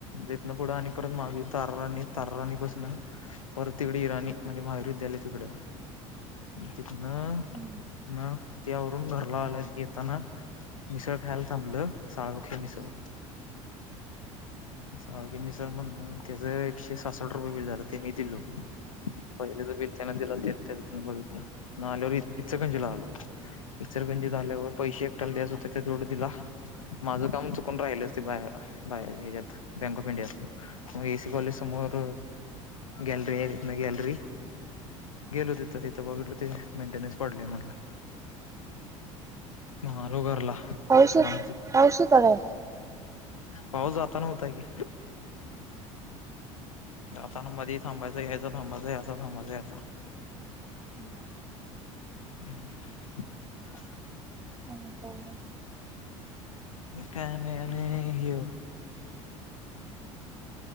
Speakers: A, on the left (about 80°); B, on the right (about 20°).
A: जेतन पुढं आणि परत माग तार्रानी तार्रानी पासन परत- तिकडे इराणी म्हणजे महावीर महाविद्यालयए तिकड. तिथनं-
B: हम्म
A: म त्यावरून घरला आला, येताना मिसळ खायला थांबलं साळोखे मिसळ.
B: <inaudible>
A: साळुंखे मिसळ म्हणून त्याच एकशे सासष्ट रुपये बिल झालं ते मी दिलो. पहिलेच बिल त्यान दिलं, हो ते त्या बघित ना आल्यावर इचकंजिला आलो. इचलकरगंजी आल्यावर पैसे एकट्याला द्याचं होत तेवढं दिलं, माझं काम चुकून राहिलच ते बाहे बाहेर ह्याच्यात बँक ऑफ इंडियात, मग एसी कॉलेज समोर गॅलरी आहे. गॅलरी गेलो तिथं तिथं बघितलो ते मेंटेनन्स पडले म्हणला. म आलो घरला.
B: पाऊस
A: तुला मेसेज
B: पाऊस होता का?
A: पाऊस जाता ना होता कि! जाताना मधी थांबायच यायचं थांबायचं यायचं थांबाच यायचा.
B: हा.
A: <inaudible>
B: हो न
A: काय नाही आणि हे